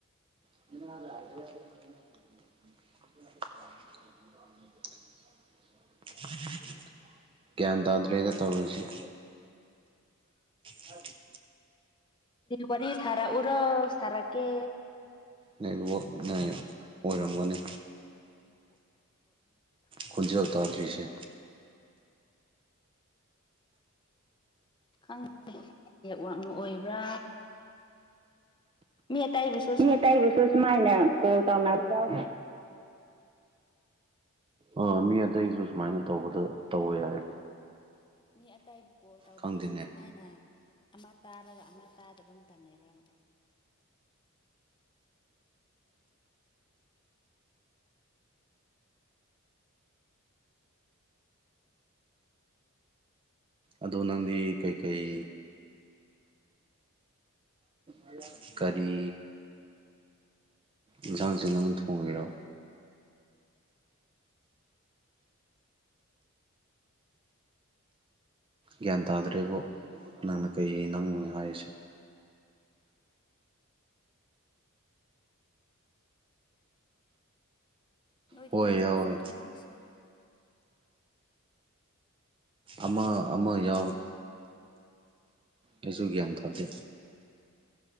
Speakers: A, on the right; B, on the left.
A: <unintelligible> <inaudible> <unintelligible> ꯒ꯭ꯌꯥꯟ ꯇꯥꯗ꯭ꯔꯦꯗ ꯇꯧꯔꯤꯁꯤ ꯍ ꯍꯥꯏ
B: ꯋꯥꯔꯤꯔꯤ ꯁꯔꯥ ꯎꯔꯣ ꯁꯔꯥ ꯀ
A: ꯅꯦꯠꯋꯥꯛꯅ ꯑꯣꯏꯔꯝꯒꯅꯤ
B: ꯊꯅꯤ ꯄꯣꯠ ꯊꯅꯤ ꯄꯣꯠ ꯑꯃꯗ
A: ꯈꯨꯟꯖꯦꯜ ꯇꯥꯗ꯭ꯔꯤꯁꯦ
B: ꯈꯪꯗ꯭ꯔꯦ ꯅꯦꯛꯋꯥꯛꯅ ꯑꯣꯏꯕ꯭ꯔꯥ ꯃꯤꯃꯤꯝ ꯇꯥꯏ ꯄꯕꯤꯁ
A: ꯃꯤ ꯑ ꯇꯕꯁꯨ ꯁꯨꯃꯥꯏꯅ ꯀꯣꯜ ꯇꯧ ꯌꯥꯣ ꯑ ꯃꯤ ꯑꯇꯩꯁꯨ ꯁꯨꯃꯥꯏꯅ ꯇꯧꯕꯗ ꯇꯧꯋꯦ ꯌꯥꯏ
B: ꯃꯤ ꯑꯇꯥꯏꯕꯨ ꯀꯣꯜ ꯇꯧꯕꯗꯁꯨ
A: ꯈꯪꯗꯦꯅꯦ
B: ꯁꯨꯃꯥꯏꯅ ꯑꯃ ꯇꯥꯔꯒ ꯑꯃ ꯇꯥꯗꯕ ꯑꯃ ꯃꯇꯝ ꯂꯩꯕ꯭ꯔꯕ
A: ꯑꯗꯣ ꯅꯪꯗꯤ ꯀꯩꯀꯩ <unintelligible> ꯀꯔꯤ ꯏꯟꯁꯥꯡꯁ ꯅꯪꯅ ꯊꯣꯡꯉꯦꯔꯣ ꯒ꯭ꯌꯥꯟ ꯇꯥꯗ꯭ꯔꯦꯕꯣ ꯅꯪꯅ ꯀꯩ ꯅꯪꯅꯣ ꯍꯥꯏꯔꯤꯁꯦ
B: ꯅꯣꯏ ꯑꯗꯨꯗꯤ
A: ꯍꯣꯏ
B: ꯅꯣꯡ
A: ꯌꯥꯎꯋꯦ
B: ꯆꯨꯗ꯭ꯔꯣꯁꯤ
A: ꯑꯃ ꯑꯃ ꯌꯥꯎꯏ ꯑꯩꯁꯨ ꯒ꯭ꯌꯥꯟ ꯇꯥꯗꯦ